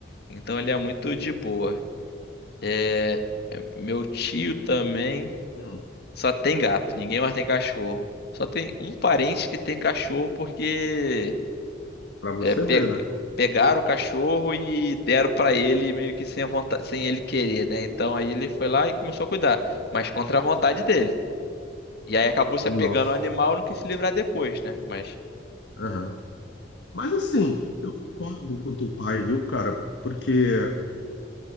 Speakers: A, on the left; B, on the left.
A: Então ele é muito de boa. É, é, meu tio também
B: Hum,
A: só tem gato, ninguém mais tem cachorro. Só tem um parente que tem cachorro porque
B: para você
A: É, pe-
B: ver, né?
A: pegaram o cachorro e deram pra ele meio que sem a vontade, sem ele querer, né? Então aí ele foi lá e começou a cuidar, mas contra a vontade dele. E aí acabou se
B: Nossa.
A: apegando ao animal e não quis se livrar depois, né? Mas
B: Aham. Mas assim, eu concordo com teu pai, viu, cara? Porque